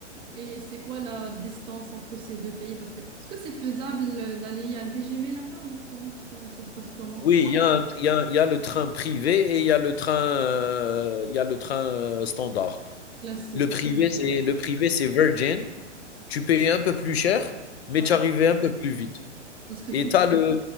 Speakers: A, on the right; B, on the left.
A: Et c'est quoi la distance entre ces deux pays? Parce que est-ce que c'est faisable euh, d'aller à un TGV là-bas ou quoi? Ça, ça se passe comment?
B: Oui, il y a un il y a il y a le train privé et il y a le train, heu, il y a le train, heu, standard.
A: Classique.
B: Le privé, c'est le privé, c'est Virgin. Tu payes un peu plus cher, mais
A: Ouais.
B: tu arrivais un peu plus vite
A: Parce que
B: et
A: tu,
B: tu le